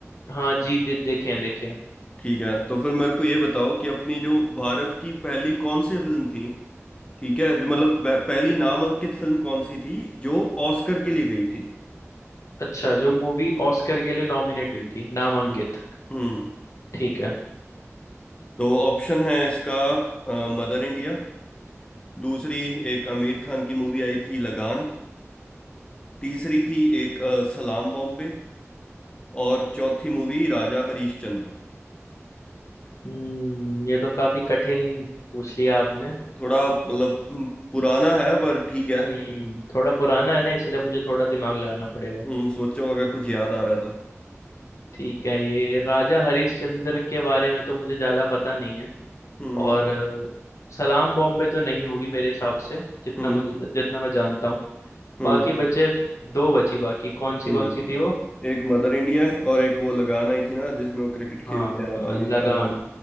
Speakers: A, on the left; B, on the left.
A: हाँ जी दे, देखे हैं देखे हैं
B: ठीक है तो फिर मेरे को ये बताओ कि अपनी जो भारत की पहली कौन सी फिल्म थी ठीक है जो मतलब बह- पहली नामांकित फिल्म कौन सी थी जो ऑस्कर के लिए गई थी
A: अच्छा जो मूवी ऑस्कर के लिए नॉमिनेट हुई थी नामांकित
B: हम्म हम्म
A: ठीक है
B: तो ऑप्शन है इसका मदर इंडिया दूसरी एक आमिर खान की मूवी आई थी लगान तीसरी थी एक अ, सलाम बॉम्बे और चौथी मूवी राजा हरीश चंद्र
A: हम्म ये तो काफी कठिन पूछ लिया आपने
B: थोड़ा मतलब हम्म, पुराना है पर ठीक है
A: हम्म थोड़ा पुराना है ना इसलिए मुझे थोड़ा दिमाग लगाना पड़ेगा
B: हम्म सोचो अगर कुछ याद आ रहा है तो
A: ठीक है ये राजा हरिश्चंद्र के बारे में तो मुझे ज्यादा पता नहीं है
B: हम्म
A: और अ, सलाम बॉम्बे तो नहीं होगी मेरे हिसाब से जितना
B: हम्म
A: मुझे
B: हम्म
A: जितना मैं जानता हूँ
B: हम्म
A: बाकी बचे दो बची बाकी कौन सी
B: हम्म।
A: कौन सी थी वो
B: एक मदर इंडिया है और एक वो लगान आई थी ना जिसमें वो क्रिकेट खेलते
A: हाँ
B: हैं आमिर
A: लगान
B: खान वाली